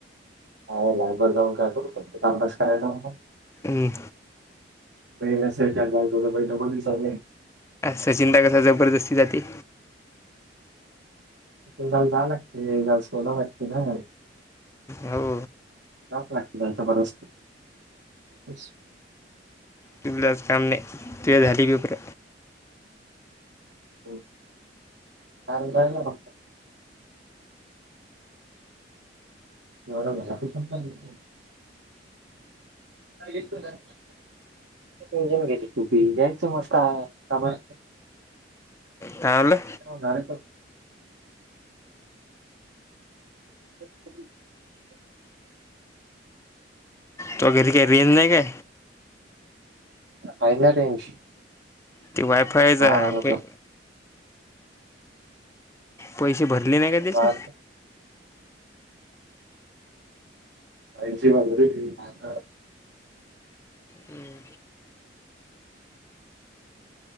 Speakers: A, on the right; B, on the left.
A: हा लॅब वर जाऊन काय करू फक्त टाईमपास करायला जाऊ म
B: हम्म.
A: पहिला सेंटर जाऊन झोपाय तो पण दिसत नाही.
B: सचिन पाय कसा जबरदस्ती जाते.
A: तल जा लाग एक झाल सोडा लाकी ना
B: हो
A: जावच लागते त्यांचा. <unintelligible>
B: तुलाच काम नाही तु झाली बिपर
A: होय आणि काय नाय बघ. एवढं घरात बसून काय करतो <unintelligible> टेंशन घेते तू बी जायच मस्त कामा
B: काय म्हणल?
A: हो झाल <inaudible>
B: तुह्या घरी का रेंज नाही का?
A: हाईना रेंज.
B: ती वायफाय ज
A: बाहेर
B: आहे
A: आलो
B: प
A: तर
B: पैसे भरले नाही काय त्याचे?
A: बाहेर आई जेवायला गेली भात
B: ह्